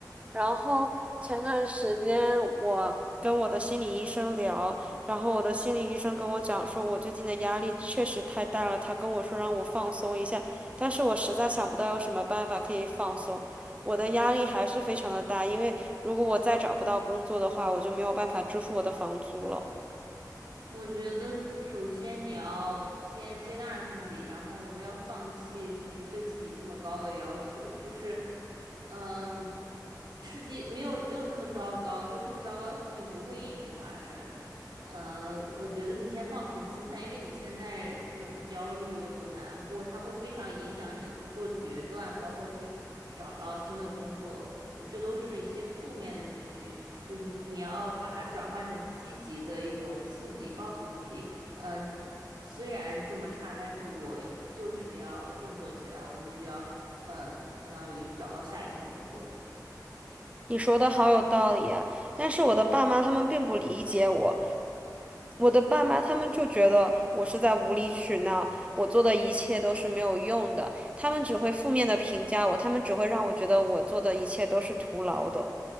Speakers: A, on the right; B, on the right.
A: 然后前段时间我跟我的心理医生聊，然后我的心理医生跟我讲说，我最近的压力确实太大了，他跟我说让我放松一下，但是我实在想不到有什么办法可以放松。我的压力还是非常的大，因为如果我再找不到工作的话，我就没有办法支付我的房租了。
B: 我觉得首先你要先接纳自己，然后要放弃就是对自己这么高的要求，就是，嗯，世界没有没有这么糟糕，就这么糟糕的事情不会一直发生。呃，我觉得你先放平心态，因为你现在这种焦虑和难过，它会非常影响你去做决断，包括去找到新的工作，我觉得这都是一些负面的情绪。就是你要把它转换成积极的一种刺激，告诉自己，嗯、虽然这么差，但是我就是要振作起来，我就是要，嗯、相当于找到下一份工作。
A: 你说的好有道理啊，但是我的爸妈他们并不理解我，我的爸妈他们就觉得我是在无理取闹，我做的一切都是没有用的，他们只会负面的评价我，他们只会让我觉得我做的一切都是徒劳的。